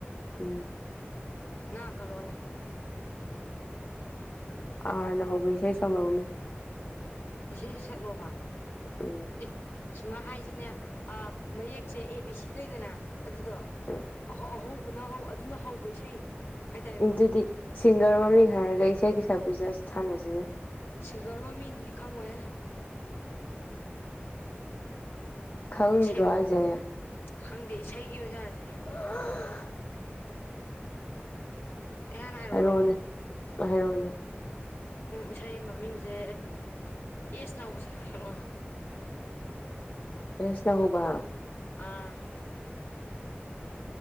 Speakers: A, on the left; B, on the left.
A: ꯎꯝ
B: ꯅꯪ ꯍꯥꯟ ꯈꯜꯂꯣꯅꯦ꯫
A: ꯑꯥꯔꯅ ꯍꯧꯕ ꯏꯁꯩ ꯁꯛꯂꯥꯛꯑꯣꯅꯦ꯫
B: ꯏꯁꯩ ꯁꯛꯂꯣꯕ
A: ꯎꯝ
B: ꯑꯦ꯫ ꯁꯨꯃꯥꯏ ꯍꯥꯏꯁꯤꯅꯦ ꯑꯥ ꯃꯌꯦꯛꯁꯦ ꯑꯦ ꯕꯤ ꯁꯤ ꯂꯩꯗꯅ ꯑꯗꯨꯗꯣ
A: ꯎꯝ
B: ꯑꯍꯧ ꯄꯨꯅꯍꯧ ꯑꯗꯨꯅ ꯍꯧꯕ ꯏꯁꯩ꯫ ꯍꯥꯏꯇꯥꯔꯦꯀꯣ
A: ꯑꯗꯨꯗꯤ ꯁꯤꯡꯒꯔ ꯃꯃꯤꯡ ꯍꯥꯏꯔꯒ ꯏꯁꯩꯒꯤ ꯁꯛꯄꯤꯁꯦ ꯑꯁ ꯁꯥꯟꯅꯁꯤꯅꯦ꯫
B: ꯁꯤꯡꯒꯔ ꯃꯃꯤꯡꯗꯤ ꯈꯪꯉꯣꯏꯍꯦ꯫
A: ꯈꯪꯗ꯭ꯔꯣ
B: ꯏꯁꯩ
A: ꯍꯥꯏꯖꯦ꯫
B: ꯈꯪꯗꯦ ꯏꯁꯩꯒꯤ ꯑꯣꯖꯥꯁꯦ
A: ꯑꯑꯑ
B: ꯑꯩ ꯍꯥꯟꯅ ꯍꯥꯏꯔꯛꯑꯣꯔꯣ
A: ꯍꯥꯏꯔꯛꯑꯣꯅꯦ ꯍꯥꯏꯔꯣꯑꯣꯅꯦ
B: ꯏꯁꯩ ꯃꯃꯤꯡꯁꯦ ꯑꯦꯁ ꯅꯥꯎꯕ ꯁꯥ ꯍꯥꯏꯂꯛꯑꯣ
A: ꯑꯦꯁ ꯅ ꯍꯧꯕ
B: ꯑꯥ